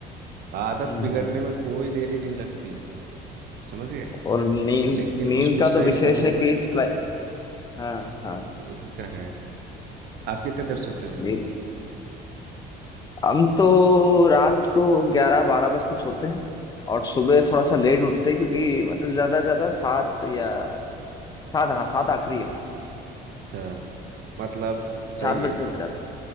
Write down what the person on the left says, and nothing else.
हम्म
हम्म।
और नींद
नींद
का
तो विशेष
है
कि
इस लाइ- हाँ हाँ
नींद हम तो रात को ग्यारह बारह बजे तक सोते हैं और सुबह थोड़ा सा लेट उठते हैं क्योंकि मतलब ज्यादा से ज्यादा सात या सात हाँ सात आखिरी है
सात
बजते उठ जाते